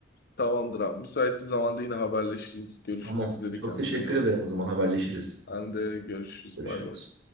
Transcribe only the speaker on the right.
Tamam.
Çok
teşekkür
ederim o zaman haberleşiriz.
Görüşürüz.